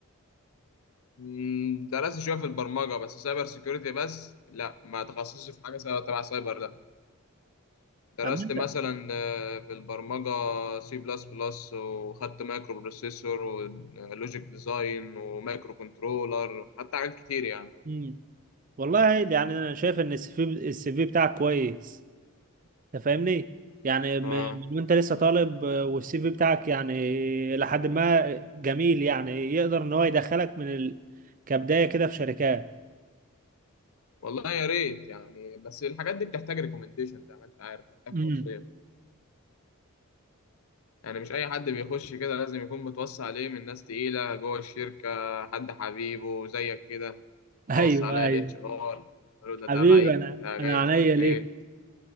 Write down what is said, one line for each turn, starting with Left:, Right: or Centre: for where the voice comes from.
Left: مم، درست شوية في البرمجة بس سايبر سيكيورتي بس لا ما تخصصش في حاجة تبع سايبر لا درست
Right: أما انت
Left: مثلا آه، في البرمجة سي بلس بلس وخدت مايكرو بروسيسور ولوجيك ديزاين ومايكرو كنترولر حتى حاجات كتير يعني
Right: امم والله يعني انا شايف ان السي في السي في بتاعك كويس انت فاهمني يعني من
Left: اه
Right: من وانت لسه طالب آه، والسي في بتاعك يعني لحد ما جميل يعني يقدر ان هو يدخلك من ال... كبداية كده في شركات
Left: والله يا ريت يعني بس الحاجات دي بتحتاج ريكومنديشن زي ما انت عارف بتحتاج
Right: امم
Left: توصية يعني مش اي حد بيخش كده لازم يكون متوصي عليه من ناس تقيلة جوه الشركة حد حبيبه زيك كده
Right: <laughs>
Left: هيوصي
Right: ايوه
Left: عليا
Right: ايوه
Left: الاتش ار قالوا ده
Right: حبيبي
Left: تبعي
Right: انا
Left: ده جاي
Right: انا عينيا
Left: مش عارف
Right: ليك
Left: ايه